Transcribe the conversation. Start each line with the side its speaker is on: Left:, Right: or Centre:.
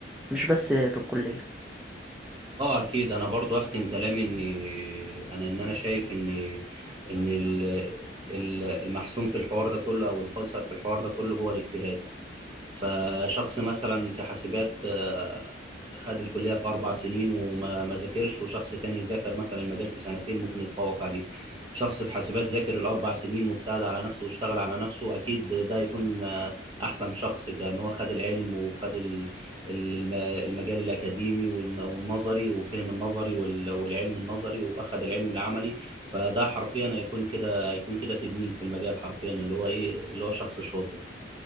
Centre: مش بس في الكلية
Right: اه اكيد انا برضو اختم كلامي اني انا ان انا شايف ان ان ال- ال- المحسوم في الحوار ده كله او الفيصل في الحوار ده كله هو الاجتهاد فشخص مثلا في حاسبات آه، خد الكلية في أربع سنين وما ما ذاكرش وشخص تاني ذاكر مثلا المجال في سنتين ممكن يتفوق عليه شخص في حاسبات ذاكر الأربع سنين واجتهد على نفسه واشتغل على نفسه أكيد ده يكون آه، أحسن شخص كأن هو خد العلم وخد ال- ال- الم- المجال الأكاديمي والن- والنظري وفهم النظري وال- والعلم النظري وأخد العلم العملي فده حرفيا هيكون كده هيكون كده تدنين في المجال حرفيا اللي هو إيه اللي هو شخص شاطر